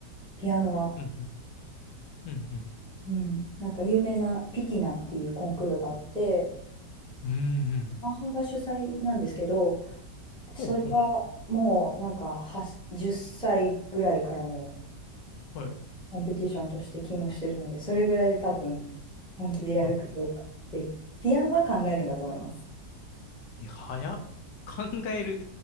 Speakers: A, in the centre; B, on the left.
A: ピアノは。
B: うん、うん、うん、
A: うん。なんか有名なピティナっていうコンクールがあって、
B: うん、うん、うん
A: マッハが主催なんですけど、それはもうなんかは10歳ぐらいからもう
B: ほうほう、はい、
A: コンペティションとして機能してるので、それぐらいで多分本気でやるかどうか。
B: はい。
A: で、ピアノは考えるんだと思います。
B: え、早っ。考える。